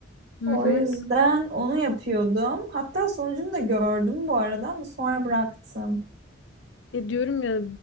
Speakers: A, on the left; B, on the right.
A: Hı
B: O
A: hı.
B: yüzden onu yapıyordum. Hatta sonucunu da gördüm bu arada ama sonra bıraktım.
A: Ya diyorum ya